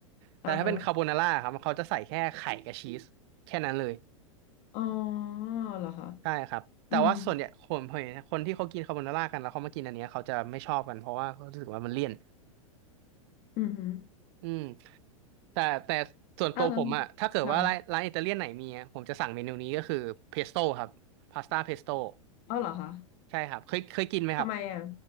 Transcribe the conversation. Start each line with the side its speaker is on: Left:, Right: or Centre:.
Right: แต่ถ้าเป็นคาโบนาร่าครับเขาจะใส่แค่ไข่กับชีสแค่นั้นเลย
Left: อ่าฮะ อ๋อเหรอคะ
Right: ใช่ครับแต่ว่าส่วนใหญ่คนเห็นคนที่เขากินคาโบนาร่ากันแล้วเขามากินอันเนี้ยเขาจะไม่ชอบกันเพราะว่าเขารู้สึกว่ามันเลี่ยน
Left: อืมอืมฮึ
Right: อืม แต่แต่ส่วนตัวผมอะถ้าเกิดว่าร้านร้านอิตาเลียนไหนมีอะผมจะสั่งเมนูนี้ก็คือเพสโต้ครับพาสต้าเพสโต้
Left: อ่าแล้วค่ะอ๋อเหรอคะ
Right: ใช่ครับเคยเคยกินไหมครับ
Left: ทำไมอ่ะ